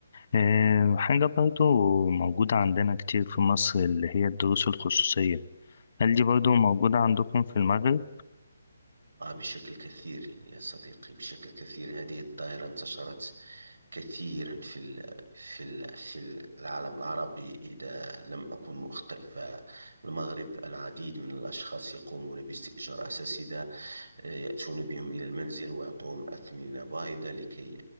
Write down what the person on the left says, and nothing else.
آه، حاجة برضو موجودة عندنا كتير في مصر اللي هي الدروس الخصوصية هل دي برضو موجودة عندكم في المغرب؟